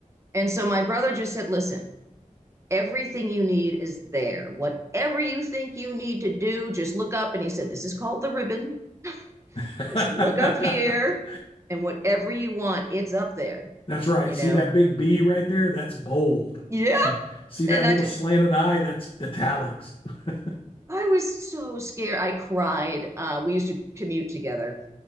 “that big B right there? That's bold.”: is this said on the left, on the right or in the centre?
Left